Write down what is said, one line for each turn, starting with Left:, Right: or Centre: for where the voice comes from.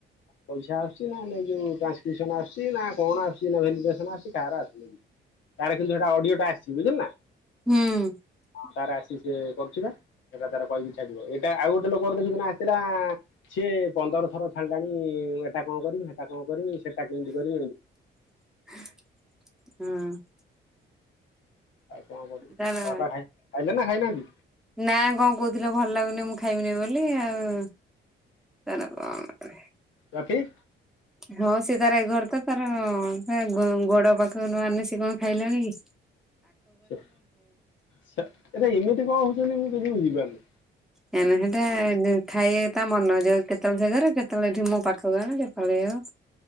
Left: ପଇସା ଆସୁଛି ନା ଲୋ ଯୋଉ ଟାନ୍ସକ୍ରିପସନ ଆସୁଛି ନା କଣ ଆସୁଛି ନା ଆ କାହାର ଆସୁନେ ତାର କିନ୍ତୁ ହେଇଟା ଅଡିଓ ଟା ଆସିଛି ବୁଝିଲୁ ନା?
Centre: ହୁଁ।
Left: ହଁ ତାର ଆସିଚି ସିଏ କରୁଚିପା। ସେଟା ତାର କହିକି ଛାଡିବ ଏଇଟା ଆଉ ଗୋଟେ ଲୋକର ଦେଖିଛୁ ନା ଆସିଥିଲା ସିଏ ପନ୍ଦର ଥର ଛାଡ଼ିଲାଣି ଏଟା କଣ କରିମି ହେଟା କଣ କରୀମି ସେଟା କେନ୍ଟି କରିମି ସେଟା କେମିତି କରମି ଏମିତି
Centre: ହଁ।
Left: ଆଉ କଣ କରିବି।
Centre: ତାର
Left: ବାପା ଖାଇ ଖାଇଲେ ନା ଖାଇନାହାନ୍ତି
Centre: ନା କଣ କହୁଥିଲେ ଭଲ ଲାଗୁନି ମୁଁ ଖାଇବିନି ବୋଲି। ଲି ଆଉ। ତାର କଣ କହିବି।
Left: ବର୍ଫି?
Centre: ହଁ ସିଏ ତାର ଏ ଘରତ ତାର ସେ ଗୋ ଗୋଡପାଖ ନଆନିନେ ସ କଣ ଖାଇଲାଣିକି।
Left: ସ ସଅ ଏଟା ଏମିତି କଣ ହଉଛନ୍ତି ମୁଁ କିଛି ବୁଝିପାରୁନି।
Centre: କାହିଁନା ହେଟା ଦୁ ଖାଇ ତା ମନଯ କେତେବେଳେ ସେଘରେ କେତେବେଳେ ଏଠି ମୋ ପାଖକୁ ଆଣ କେତେବେଳେ ଆଉ